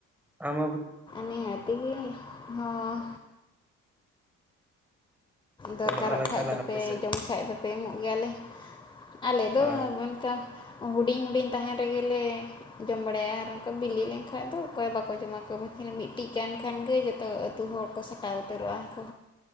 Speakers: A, in the centre; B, on the left (about 15°).
A: ᱟᱢᱵ
B: ᱱᱤᱦᱟᱹᱛ ᱜᱮ ᱦᱚᱸ ᱫᱚᱨᱠᱟᱨᱚᱜ
A: ᱥᱮᱱᱚᱜ ᱟᱞᱮ
B: ᱠᱷᱟᱡ
A: ᱛᱟᱦᱚᱞᱮ
B: ᱫᱚᱯᱮ
A: ᱟᱯᱮ ᱥᱮᱫ
B: ᱡᱚᱢ ᱠᱷᱟᱡ ᱫᱚᱯᱮ ᱮᱢᱚᱜ ᱜᱮᱭᱟᱞᱮ᱾ ᱟᱞᱮ ᱫᱚ
A: ᱚ
B: ᱚᱱᱠᱟ ᱦᱩᱰᱤᱧ ᱦᱩᱰᱤᱧ ᱛᱟᱦᱮᱱ ᱨᱮᱜᱮᱞᱮ ᱡᱚᱢ ᱵᱟᱲᱟᱭᱟ ᱟᱨ ᱚᱱᱠᱟ ᱵᱤᱞᱤ ᱞᱮᱱᱠᱷᱟᱱᱡ ᱫᱚ ᱚᱠᱚᱭ ᱵᱟᱠᱚ ᱡᱚᱢᱟ ᱠᱟᱹᱢᱤ᱾ ᱢᱤᱫᱴᱤᱡ ᱜᱟᱱ ᱠᱷᱟᱱ ᱜᱮ ᱡᱚᱛᱚ ᱟᱹᱛᱩ ᱦᱚᱲ ᱠᱚ ᱥᱟᱴᱟᱣ ᱩᱛᱟᱹᱨᱚᱜᱼᱟ ᱠᱚ᱾